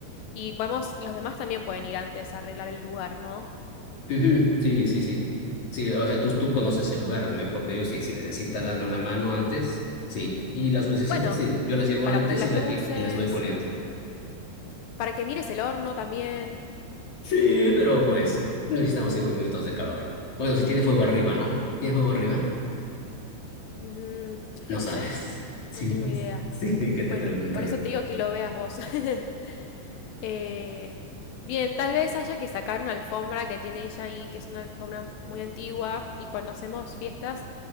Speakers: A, on the left (about 75°); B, on the left (about 45°).
A: y podemos, los demás también pueden ir antes a arreglar el lugar, ¿no?
B: Ujú, Sí, sí, sí. Sí, o sea, tú, tú conoces el lugar mejor que yo. Sí, si necesita darle una mano antes, sí. Y las lucecitas,
A: Bueno,
B: sí. Yo las llevo
A: para
B: antes
A: poner las
B: y, la-
A: luces,
B: y, y las voy poniendo.
A: para que mires el horno también.
B: Sí, pero pues necesitamos cinco minutos de calor. Bueno, si tiene fuego arriba, ¿no? ¿Tiene fuego arriba?
A: Mm, es
B: No
A: que no
B: sabes.
A: sé,
B: <laughs> Sí,
A: no tengo
B: pues.
A: idea.
B: Sí, que te
A: Bueno,
B: pregunto
A: por
B: yo.
A: eso te digo que lo veas vos. <laughs> Eh, bien, tal vez haya que sacar una alfombra que tiene ella ahí, que es una alfombra muy antigua, y cuando hacemos fiestas